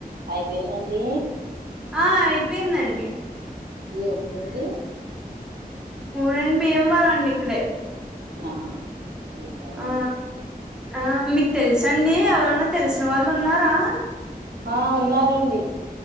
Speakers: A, on the right (about 80°); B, in the centre.
A: అయిపోయిందండి
B: ఆ అయిపోయిందండి
A: ఏ ఊరండి
B: ఊరండి భీయమవరం అండి ఇక్కడే
A: ఆహా భీంవరమండీ
B: ఆ ఆ మీకు తెలుసండి ఎవరన్నా తెలిసిన వాళ్ళు ఉన్నారా
A: ఆ ఉన్నారండి